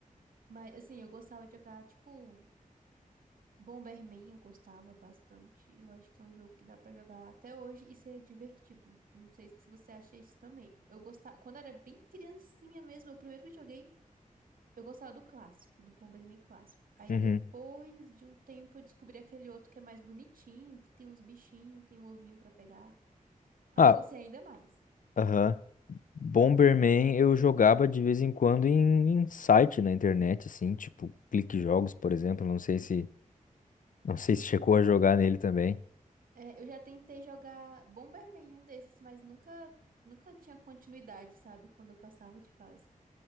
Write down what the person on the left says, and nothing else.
Uhum.
Ah,
aham. Bomberman eu jogava de vez em quando em, em site na internet, assim, tipo Clique Jogos, por exemplo. Não sei se, não sei se chegou a jogar nele também.